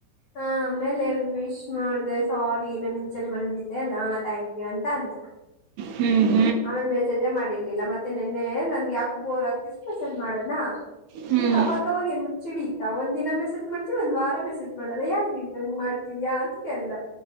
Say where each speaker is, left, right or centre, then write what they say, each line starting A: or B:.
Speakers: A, on the left; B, on the right.
A: ಹಾ ಆಮೇಲೆ ವಿಶ್ ಮಾಡ್ದ ಸಾರಿ ನಾನ ಇಂಚರಿ ಮನಗಿದ್ದೆ ನ ಥ್ಯಾಂಕ್ ಯು ಅಂತ ಅಂದ
B: ಹ್ಮ್
A: ಆಮೇನ್ ಮೆಸೇಜೇ ಮಾಡಿರ್ಲಿಲ್ಲ ಮತ್ತೆ ನಿೆನ್ನೆ ನನ್ಗೆ ಯಾಕೋ ಬೋರ್ ಆಗ್ತಿದ್ರ ಮೆಸೇಜ್ ಮಾಡದ್ನಾ
B: ಹ್ಮ್
A: ಹಂಗ
B: ಹ್ಮ್
A: ಅವಾಗವಾಗ ಏನ್ ಹಚ್ಚಿಡಿ ಇತ್ತಾ ಒಂದ್ಿನ ಮೆಸೇಜ್ ಮಾಡ್ತತಿವಿ ಒಂದ್ ವಾರ ಮೆಸೇಜ್ ಮಾಡದ ಯಾಕ ನೀನ್ ನಂಗ್ ಮಾಡ್ತಿದ್ಯಾ ಅಂತ ಕಲ್ಲ್ಲ